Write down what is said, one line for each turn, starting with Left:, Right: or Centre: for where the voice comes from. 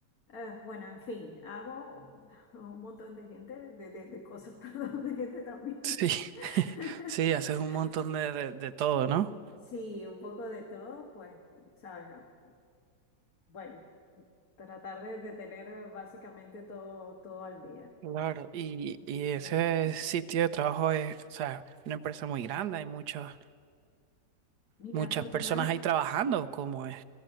Left: Eh, bueno, en fin, hago <laughs> un montón de gente, de, de- de cosas, <laughs> perdón, de gente también.
Right: sí,
Left: <laughs>
Right: <laughs> sí, haces un montón de, de, de todo, ¿no?
Left: Sí, un poco de todo, pues, sabes, Ah, bueno, tratar de, de tener básicamente todo, todo al día.
Right: Claro, y, y
Left: Sí.
Right: ese sitio de trabajo es, o sea, una empresa muy grande, hay muchas,
Left: Mira,
Right: muchas
Left: afortunada,
Right: personas ahí trabajando, ¿cómo es?